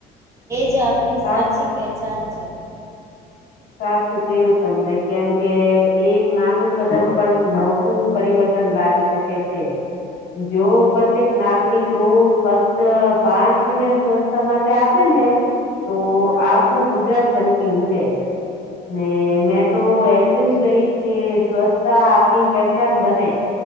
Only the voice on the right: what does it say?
એ જ આપણી
સાચી પહેચાન છે.